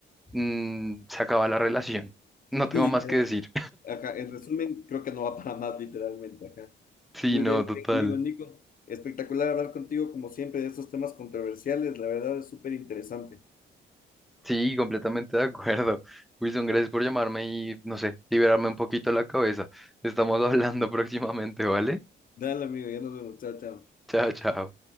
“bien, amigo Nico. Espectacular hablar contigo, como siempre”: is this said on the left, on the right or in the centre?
Left